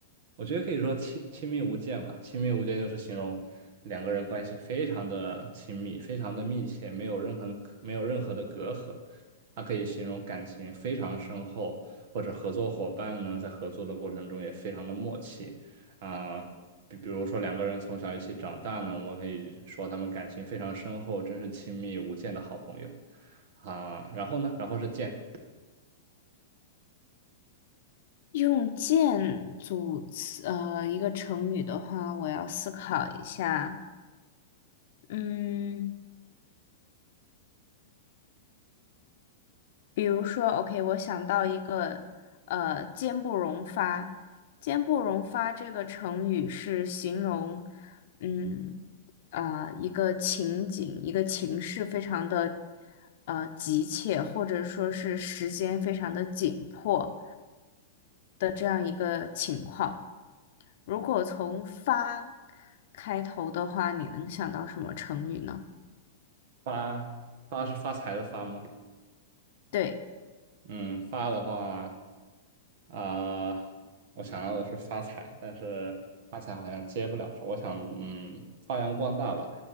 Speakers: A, on the right; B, on the left.
A: 我觉得可以说亲亲密无间吧。亲密无间就是形容两个人关系非常的亲密，非常的密切，没有任何没有任何的隔阂。它可以形容感情非常深厚，或者合作伙伴呢在合作的过程中也非常的默契啊。比比如说两个人从小一起长大呢，我们可以说他们感情非常深厚，真是亲密无间的好朋友啊。然后呢，然后是见
B: 用“剑”组词，呃，一个成语的话，我要思考一下。嗯，比如说，OK，我想到一个，呃，“坚不容发”。“坚不容发”这个成语是形容，嗯，啊，一个情景、一个情势非常的，呃，急切，或者说是时间非常的紧迫的这样一个情况。如果从“发”开头的话，你能想到什么成语呢？
A: 发发是发财的发吗？
B: 对，
A: 嗯，发的话啊、我想要的是发财，但是发财好像接不了手我想，嗯，发扬光大吧，